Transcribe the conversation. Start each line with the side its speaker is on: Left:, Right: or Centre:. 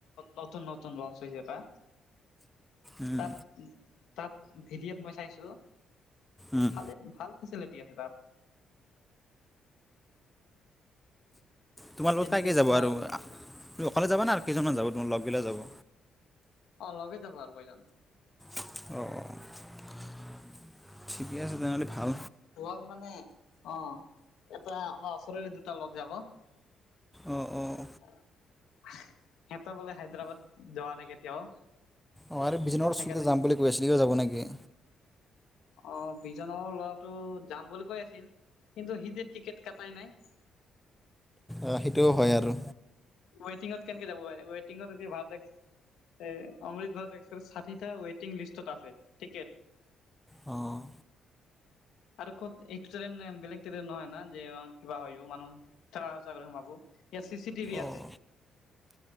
Left: নতুন নতুন লঞ্চ হৈছেটা
Centre: উম,
Left: তাত তাত ভিডিঅত মই চাইছো
Centre: উম,
Left: ভালে ভাল। ফেচলিটি আছে তাত।
Centre: তোমাৰ লগত
Left: যেনেকে
Centre: কাইকে যাব
Left: তোমাৰ
Centre: আৰু অকলে যাবা না আৰু কেইজনমান যাব তম লগ গিলা যাব?
Left: অ', লগেই যাবো আৰু কয়জন।
Centre: অঁ'। ঠিকে আছে তেনেহ'লে ভাল।
Left: লগ মানে অ', এটা আমাৰ ওচৰেৰে দুটা লগ যাব।
Centre: অ', অ',
Left: <inaudible> সিহঁত বোলে হায়দৰাবাদ যোৱা নাই কেতিয়াও।
Centre: অ', আৰু বিজনৰ
Left: সেইকাৰণে
Centre: ওচৰতে যাম বুলি কৈ আছিল সিও যাব নেকি?
Left: অ', বিজনৰ ল'ৰাটো যাম বুলি কৈ আছিল। কিন্তু হিজে টিকেট কটাই নাই।
Centre: আহ সেইটোও হয় আৰু।
Left: ৱেটিঙত কেনেকে যাব ৱেটিঙত এতিয়া ভালাই অমৃত ভাৰত এক্সপ্ৰেছ ষাঠিটা ৱেটিং লিষ্টত আছে টিকেট।
Centre: অ'।
Left: আৰু খ'ত এটো ট্ৰেইন বেলেগ ট্ৰেইন নহয় ন যে কিবা হয় মানুহ ঠেলা হেঁচা কৰি সোমাবো। ইয়াত চি চি টিভি
Centre: অ',
Left: আছে।